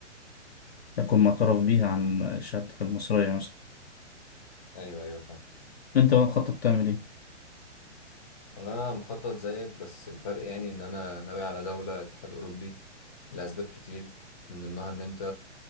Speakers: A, on the left; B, on the left.
A: يكون معترف بيها عن شهادتك المصرية مثلا
B: ايوه ايوه فاهم
A: انت بقى مخطط تعمل ايه؟
B: والله انا مخطط زيك بس الفرق يعني ان انا ناوي على دولة اتحاد اوروبي لاسباب كتير من ضمنها ان انت